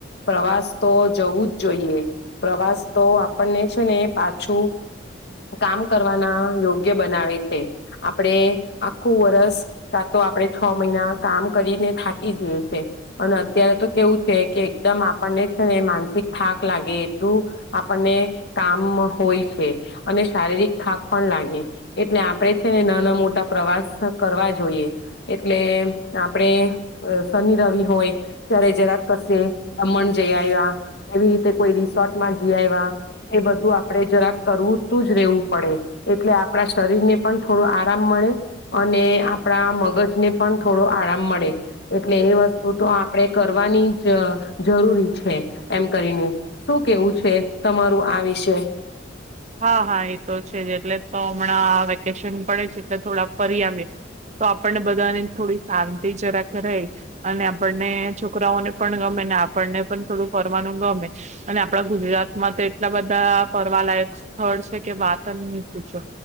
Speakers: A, on the left; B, on the right.
A: પ્રવાસ તો જવું જ જોઈએ. પ્રવાસ તો આપણને છે ને પાછું કામ કરવાના યોગ્ બનાવે છે, આપણે આખું વરસ કા તો આપણે છ મહિના કામ કરીને થાકી જઈએ છે અને અત્યારે તો કેવું છે કે એકદમ આપણને છે ને માનસિક થાક લાગે એટલું આપણને કામ હોય છે અને શારીરિક થાક પણ લાગે. એટલે આપણેે છે ને નાના મોટા પ્રવાસ કરવા જોઈએ, એટલે આપણેે શનિ રવિ હોય ત્યારે જરાક કશે દમણ જઈ આવ્યા, એવી રીતે કોઈ રિસોર્ટમાં જઈ આવ્યા એ બધું આપણેે જરાક કરવું તું જ રહેેવું પડે એટલે આ આપણા શરીરને પણ થોડો આરામ મળે અને આપણા મગજને પણ થોડો આરામ મળે, એટલે એ વસ્તુ તો આપણે કરવાની જ જરૂરી છે, એમ કરીને શું કેવું છે તમારું આ વિષય
B: હા હા એ તો છે જ એટલે તો હમણાં વેકેશન પડે છે, એટલે થોડા ફરી આવએ તો આપણને બધાની થોડી શાંતિ જરાક રહી અને આપણને છોકરાઓને પણ ગમે ને આપણને પણ થોડું ફરવાનું ગમે અને આપણા ગુજરાતમાં તો એટલા બધા ફરવાલાયક. સ્થળ વાત ન પૂછો